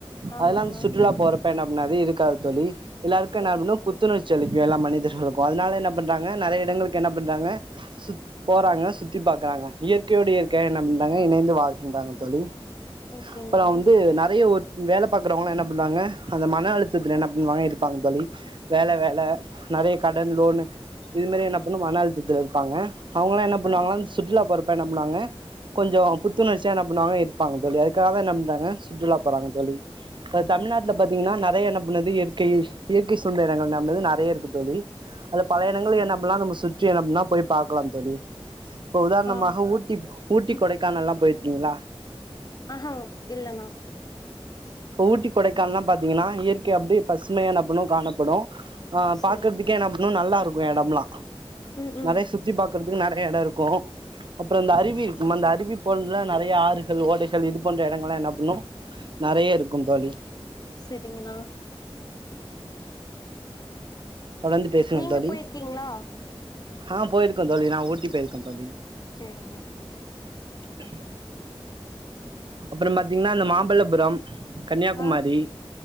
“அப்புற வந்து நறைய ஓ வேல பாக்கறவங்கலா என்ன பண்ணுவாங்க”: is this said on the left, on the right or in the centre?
Right